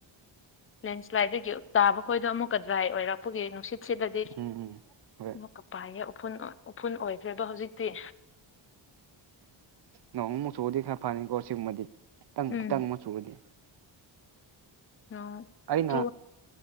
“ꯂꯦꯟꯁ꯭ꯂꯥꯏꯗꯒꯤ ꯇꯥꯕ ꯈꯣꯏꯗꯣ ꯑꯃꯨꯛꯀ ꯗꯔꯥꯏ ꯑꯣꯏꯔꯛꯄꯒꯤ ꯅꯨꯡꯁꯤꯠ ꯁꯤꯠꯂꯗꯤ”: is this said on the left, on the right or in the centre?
Left